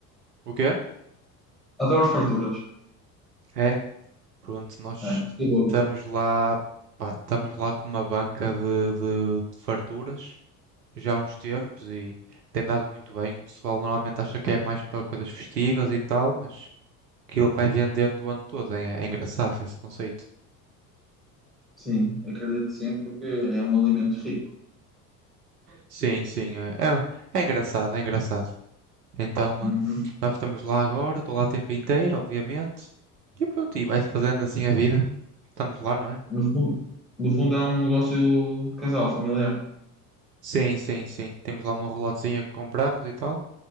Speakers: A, on the right; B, in the centre.
A: O quê?
B: Adoro farturas.
A: É, pronto, nós
B: É, seguro.
A: estamos lá, pá, estamos lá com uma banca de, de- de farturas já há uns tempos e tem dado muito bem. O pessoal normalmente acha que é mais para coisas festivas e tal, mas aquilo vai vendendo o ano todo, é, é engraçado esse conceito.
B: Sim, acredito que sim, porque é um alimento rico.
A: Sim, sim, é, é é engraçado, é engraçado. Então,
B: Uhum.
A: eh, nós estamos lá agora, estou lá o tempo inteiro, obviamente. E pronto, e vai-se fazendo assim a vida. Estamos lá, não é?
B: No fundo, no fundo é um negócio de casal, familiar.
A: Sim, sim, sim. Temos lá uma relotezinha que compramos e tal.